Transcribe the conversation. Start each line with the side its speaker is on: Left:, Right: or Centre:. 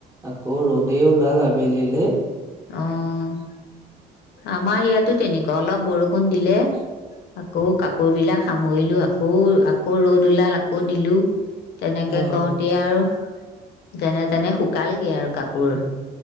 Right: আকৌ ৰ'দে ওলাল আবেলিলে।
Left: অ', আমাৰ ইয়াতো তেনেকুৱা। অলপ বৰষুণ দিলে, আকৌ কাপোৰবিলাক সামৰিলোঁ। আকৌ, আকৌ ৰ'দ ওলাল, আকৌ দিলোঁ। তেনেকে
Right: অ',
Left: কৰোঁতে, আৰু যেনে-তেনে শুকালগে আৰু কাপোৰ।